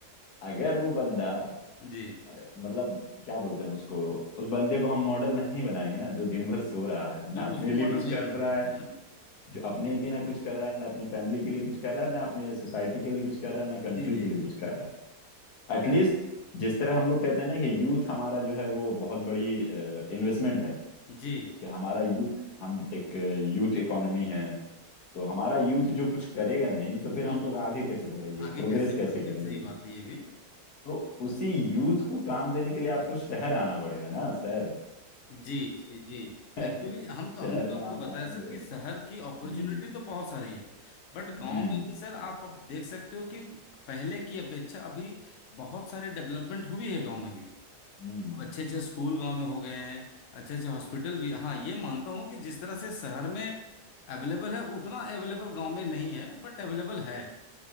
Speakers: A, on the left (about 80°); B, on the left (about 65°).
A: अगर वो बंदा
B: जी
A: अ, मतलब क्या बोलते हैं उसको उस बंदे को हम मॉडल नहीं बनाएंगे ना जो दिन भर सो रहा है ना
B: जो
A: अपने
B: उसको
A: लिए
B: मॉडल
A: कुछ
B: नहीं
A: कर
B: बना सकते
A: रहा है
B: हैं
A: जो अपने लिए ना कुछ कर रहा है ना अपनी फैमिली के लिए कुछ कर रहा है ना अपने सोसाइटी के लिए कुछ कर रहा है ना कंट्री
B: जी जी
A: के लिए
B: जी
A: कुछ कर रहा है एटलीस्ट जिस तरह हम लोग कहते हैं ना कि यूथ हमारा जो है वो बहुत बड़ी इन्वेस्टमेंट है
B: जी
A: कि हमारा यूथ हम एक यूथ इकोनॉमी है तो हमारा यूथ जो कुछ करेगा नहीं तो फिर
B: हम्म
A: हम
B: हम्म,
A: लोग आगे कैसे बढ़ेंगे
B: आगे
A: प्रोग्रेस
B: कैसे
A: कैसे
B: बढ़ेंगे
A: करेंगे
B: सही बात है ये भी
A: तो उसी यूथ को काम देने के लिए आपको शहर आना पड़ेगा ना शहर
B: जी जी जी एक्चुअली
A: <laughs>
B: हम तो
A: शहर
B: हमने तो
A: में
B: आपको
A: आप
B: बताया
A: आएंगे
B: सर कि शहर की
A: हम्म
B: अपॉर्चुनिटी तो बहुत सारी है बट गांव
A: हम्म
B: में भी सर आप अब देख सकते हो कि पहले की अपेक्षा अभी बहुत सारे डेवलपमेंट हुई है गांव में भी
A: हम्म
B: अच्छे अच्छे स्कूल गांव में हो गए हैं अच्छे अच्छे हॉस्पिटल भी हाँ ये मानता हूँ कि जिस तरह से शहर में अवेलेबल है उतना अवेलेबल गांव में नहीं है बट अवेलेबल है